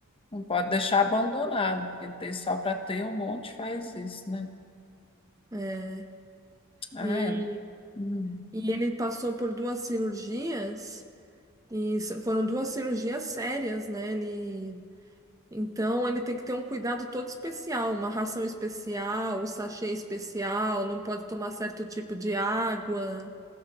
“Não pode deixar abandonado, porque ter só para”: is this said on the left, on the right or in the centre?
Left